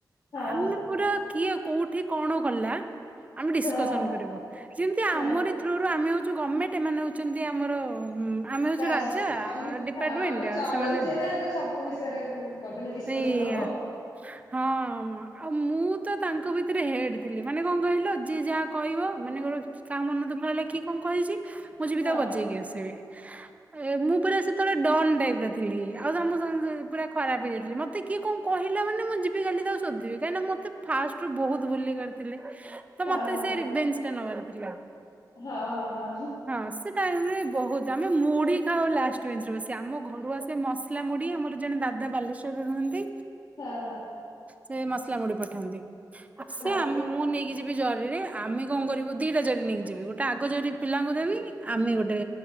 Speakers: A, on the left; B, on the right.
A: ହଁ
B: ଆମେ
A: ହଁ ହଁ
B: ପୁରା କିଏ କୋଉଠି କଣ ଗଲା? ଆମେ ଡିସକସନ
A: ହଁ ହଁ
B: କରିବୁ ଯେମିତି
A: ହଁ
B: ଆମର ଥ୍ରୁରୁ ଆମେ ହଉ ଯେଉଁ ଗଭର୍ଣ୍ଣମେଣ୍ଟ ଏମାନେ ହେଉଛନ୍ତି ଆମର ଆମେ ହଉଛୁ
A: ବାସ୍
B: ରାଜା
A: ହ
B: ଡିପାର୍ଟମେଣ୍ଟ
A: ଆମେ
B: ଆଉ
A: ଚଳଉଛେ
B: ସେମାନେ
A: ନା ତ ସବୁ ବିଷୟରେ କହିବ ଡିସକସନ
B: ସେଇ
A: ହବ।
B: ହଁ ଆମ ଆଉ ମୁଁ ତ ତାଙ୍କ ଭିତରେ ହେଡ଼୍ ଥିଲି ମାନେ କଣ କହିଲ ଯିଏ ଯାହା କହିବ ମାନେ ଗୋଟେ କାହା ମନ ଦୁଃଖ ହେଲା କି କଣ କହିଛି? ମୁଁ ଯିବି
A: ହଁ
B: ତା ବଜେଇକି ଆସିବି ଏ ମୁଁ ଉପରେ ଆସ ତଳେ ଡନ ଟାଇପର ଥିଲି। <unintelligible> ଖରାପ ହେଇଯାଇଥିଲା ମତେ କିଏ କଣ କହିଲା ମାନେ? ମୁଁ ଯିବି ଖାଲି ତାକୁ ଶୋଦିବି କାହିଁକି ମତେ ଫାଷ୍ଟ ରୁ ବହୁତ ବୁଲି କରିଥିଲେ। ତ
A: ହଁ
B: ମତେ ସେ
A: ହଁ
B: ବେଞ୍ଚ ଟା ନେବାର ପ୍ରିୟ।
A: ହଁ ହଁ ହଁ
B: ତ ହଁ ସେ ଟାଇମ ରେ ବହୁ ବହୁତ ଆମେ ମୁଢି ଖାଉ ଲାଷ୍ଟ ବେରେ ବସି ଆମ ଘରୁ ଆସେ ମସଲା ମୁଢ ଆମର ଜଣେ ଦାଦା ବାଲେଶ୍ଵରରେ ରୁହନ୍ତି।
A: ହଁ ହଁ।
B: ସେ ମସଲା ମୁଡି ପଠାନ୍ତି। ଆସ <unintelligible>
A: ହଁ
B: ଆମେ ମୁଁ ନେଇକି <unintelligible> ଯିବି ଜରିରେ ଆମେ କଣ କରିବୁ ଦିଟା ଜରି ନେଇକି ଯିବି ଗୋଟେ ଆଗ ଜରି ପିଲାଙ୍କୁ ଦେବି ଆମେ ଗୋଟେ